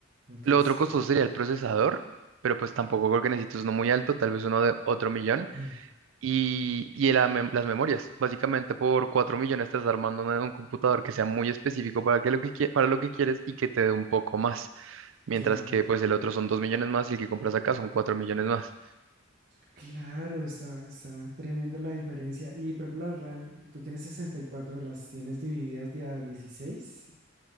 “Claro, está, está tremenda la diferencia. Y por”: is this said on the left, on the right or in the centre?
Right